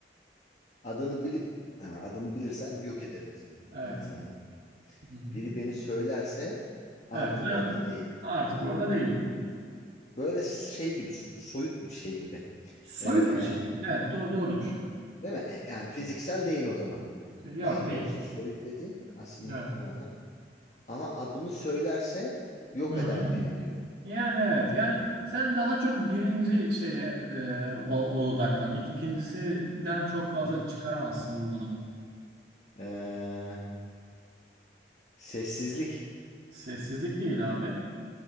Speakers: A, on the left; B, on the right.
A: Adını bilip ha, adını bilirsem yok ederim seni.
B: Evet.
A: Hmm.
B: Hı hı.
A: Biri beni söylerse artık
B: Evet, ben
A: orada değilim.
B: artık orada değilim.
A: Böyle şey gibi soyut bir şey gibi.
B: Soyut
A: Ee,
B: bir şey. Evet, do doğrudur.
A: değil mi? E, Yani fiziksel değil o zaman.
B: Yok
A: Daha
B: değil.
A: doğrusu soyut dediğim aslında.
B: Evet.
A: Hı hı. Ama adımı söylerse yok
B: Hı hı.
A: eder beni diyor.
B: Yani evet. Yani
A: Hmm.
B: sen daha çok birinci şeye e, o, o dudaktan. ik- ikincisinden çok fazla
A: Hı hı.
B: çıkaramazsın bunu.
A: Ee, sessizlik.
B: Sessizlik değil abi.